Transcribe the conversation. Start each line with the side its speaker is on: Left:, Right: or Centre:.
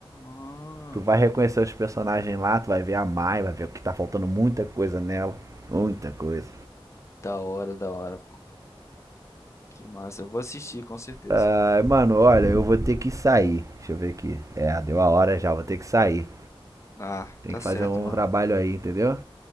Left: ah,
Right: Tu vai reconhecer os personagens lá, tu vai ver a Mai, vai ver que tá faltando muita coisa nela. Muita coisa.
Left: da hora, da hora, pô. Que massa. Eu vou assistir com certeza.
Right: Ah, mano, olha, eu vou ter que sair. Deixa eu ver aqui. É, deu a hora já, vou ter que sair.
Left: Ah,
Right: Tem
Left: tá
Right: que fazer
Left: certo,
Right: um
Left: mano.
Right: trabalho aí, entendeu?